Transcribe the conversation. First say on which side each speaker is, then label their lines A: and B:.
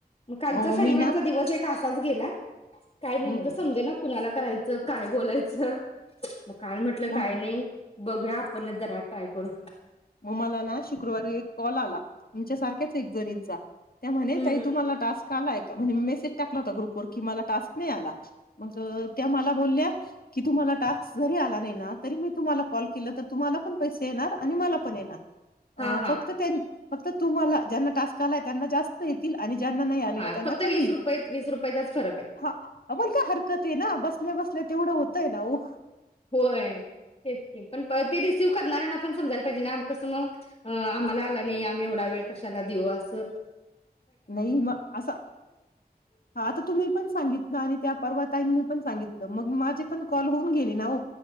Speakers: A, on the left (about 35°); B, on the left (about 65°).
A: मग कालचा
B: हो
A: शनिवारचा
B: मी ना
A: दिवस एक काय असाच गेलाय. काय नेमकं
B: हम्म
A: समज ना कुणाला करायचं काय बोलाय झ मग काल म्हटलं
B: मग
A: काय नाही बघूया आपणच जरा ट्राय करून
B: म मला ना शुक्रवारी एक कॉल आला तुमच्या सारख्याच एक जणींचा त्या म्हणे
A: हम्म
B: ताई
A: हम्म.
B: तुम्हाला टास्क आलाय का म्हणजे मेसेज टाकला होता ग्रुपवर की मला टास्क मिळाला मग अ त्या मला बोलल्या की तुम्हाला टास्क जरी आला नाहीना तरी मी तुम्हाला कॉल केला तुम्हाला पण पैसे येणार आणि मला पण पण येणार
A: हा
B: अ
A: हा
B: फक्त त्यांतं फक्त तुम्हाला ज्यांना टास्क आलाय त्यांना जास्त येतील आणि ज्यांना नाही आले
A: हा
B: त्यांना
A: फक्त
B: कमी
A: वीस रुपये वीस रुपयाचाच फरक आहे
B: हां होयं का हरकत आहे ना बसल्या बस तेवढं होतंय ना हो
A: होय तेचं की पण ते रिसिव्ह करणाऱ्यांना पणं समजायला देणार कस मगं अं आम्हाला आला नाही आम्ही एवढा वेळ कशाला देऊ आसं
B: नही मगं असा हा आता तुम्ही पण सांगित आणि त्या परवा ताईंनी पण सांगितलं मगं माझे पण कॉल होऊन गेले ना ओ